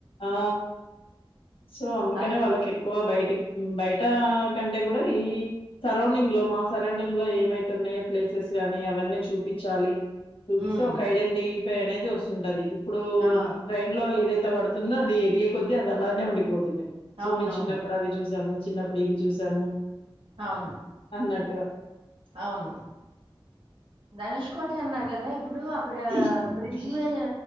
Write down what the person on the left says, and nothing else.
ఆ సో అందుకనే
వాళ్ళకి ఎక్కువ బయట బయట కంటే కూడ ఈ సరౌండింగ్ లో మా సరౌండింగ్ లో ఏమైతున్నాయో ప్లేస్ ప్లేసెస్ గాని అవన్నీ చూపిచ్చాలి చూపిస్తే
ఒక ఐడెంటిఫై అనేది వస్తుంటది ఇప్పుడూ
బ్రైన్ లో ఏదైతే పడుతు తుందో అది ఎదిగే కొద్ది అది అలానే ఉండిపోతుంది సో
మీ చిన్నప్పుడు అవి చూసాము చిన్నప్పుడు ఇవి చూసాము
అన్నట్టుగా
హ్మ్.